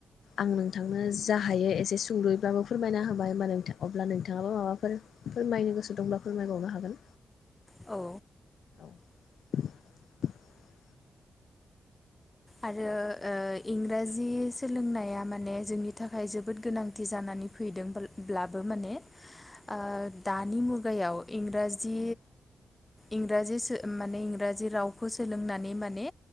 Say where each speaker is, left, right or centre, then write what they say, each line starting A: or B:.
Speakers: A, on the left; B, on the left.
A: आं नोंथांनो जा हायो एसे सुुंदब्लाबो फोरमायना होबाय होनबा नोंथां। अब्ला नोंथाङाबो माबाफोर फोरमायनो गोसो दंब्ला फोरमायबावनो हागोन।
B: औ
A: <inaudible>
B: आरो ओ इंराजि सोलोंनाया माने जोंनि नि थाखाय जोबोद गोनांथि जानानै फैदोंब्लाबो माने ओ दानि मुगायाव इंराजि
A: औ
B: इंराजि सो माने इंराजि रावखौ सोलोंनानै माने